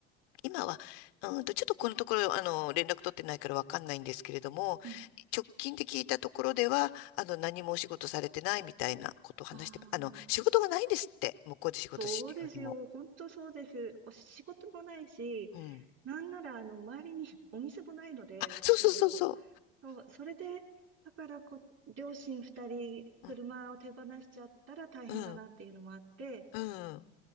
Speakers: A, on the left (about 65°); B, on the right (about 50°).
A: 今は、うんと、ちょっとこのところ、あの、連絡取ってないからわかんないんですけれども、
B: うん。
A: 直近で聞いたところでは、あの、何もお仕事されてないみたいなことを話して、
B: ああ、
A: あの、仕事がないんですって、向こうで仕事してるよりも。
B: そうですよ。本当そうです。お仕事もないし、
A: うん。
B: なんなら、あの、周りに <laughs> お店もないので、
A: あ、
B: 私の方。
A: そうそうそうそ
B: そう、それで、だからこ、両親二人、車を手放しちゃったら大変だなっていうのもあって、
A: う。うん、うん、うん。